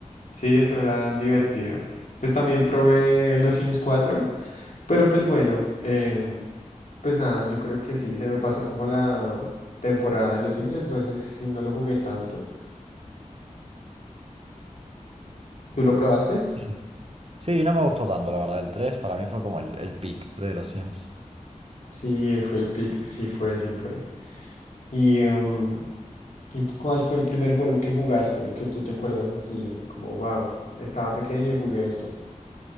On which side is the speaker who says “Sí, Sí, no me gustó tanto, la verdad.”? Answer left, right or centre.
Right